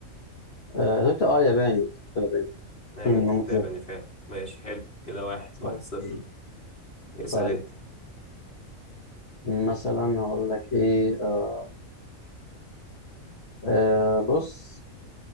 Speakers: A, on the left (about 50°); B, on the left (about 30°).
A: آه تويوتا اه ياباني ياباني
B: ايوه
A: أمم،
B: تويوتا
A: انا متذكر
B: ياباني فعلا ماشي حلو كده واحد واحد
A: اوكي
B: صفر اسأل
A: طيب
B: انت
A: مثلا هقول لك ايه آه آه بص